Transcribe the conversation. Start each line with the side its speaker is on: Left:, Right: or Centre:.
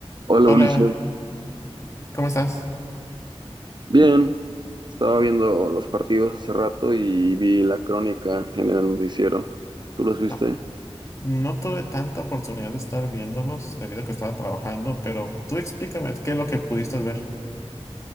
Right: Hola
Left: Hola,
Right: Ulises,
Left: ¿cómo estás?
Right: bien, estaba viendo los partidos hace rato y vi la crónica en el noticiero. ¿Tú los viste?
Left: Ah, no tuve tanta oportunidad de estar viéndolos debido a que estaba trabajando, pero tú explícame qué es lo que pudiste ver.